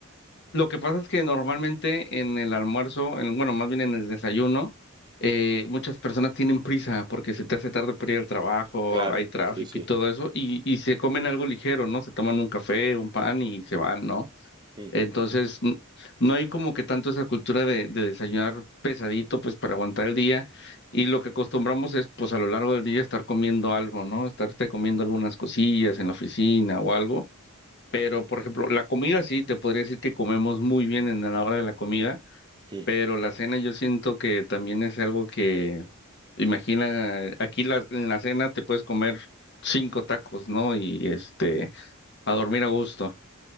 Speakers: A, on the left; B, on the right.
A: lo que pasa es que normalmente en el almuerzo, en, bueno, más bien en el desayuno, eh, muchas personas tienen prisa porque se te hace tarde para ir al trabajo,
B: Claro,
A: hay tráfico
B: sí, sí.
A: y todo eso, y, y se comen algo ligero, ¿no? Se toman un café, un pan y se van, ¿no?
B: Mm.
A: Entonces, n- no hay como que tanto esa cultura de, de desayunar pesadito, pues para aguantar el día. Y lo que acostumbramos es, pues a lo largo del día estar comiendo algo, ¿no? Estarte comiendo algunas cosillas en la oficina o algo. Pero, por ejemplo, la comida sí, te podría decir que comemos muy bien en la hora de la comida,
B: Mm.
A: pero la cena yo siento que también es algo que, imagina, aquí la- en la cena te puedes comer cinco tacos, ¿no? Y este, a dormir a gusto.